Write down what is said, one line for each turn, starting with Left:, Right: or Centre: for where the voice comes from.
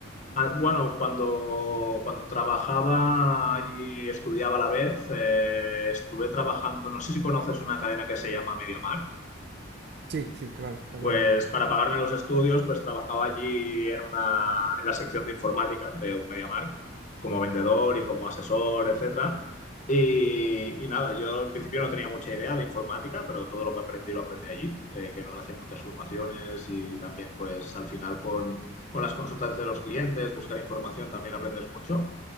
Left: Ah, bueno, cuando, cuando trabajaba y estudiaba a la vez, eh, estuve trabajando, no sé si conoces una cadena que se llama MediaMarkt.
Right: Sí, sí, claro, la
Left: Pues
Right: conozco.
Left: para pagarme los estudios, pues trabajaba allí en una, en la sección de informática de un MediaMarkt, como vendedor y como asesor, etcétera. Y, y nada, yo al principio no tenía mucha idea de informática, pero todo lo que aprendí lo aprendí allí, eh, que nos hacían muchas formaciones y también pues al final con, con las consultas de los clientes, buscar información también aprendes mucho.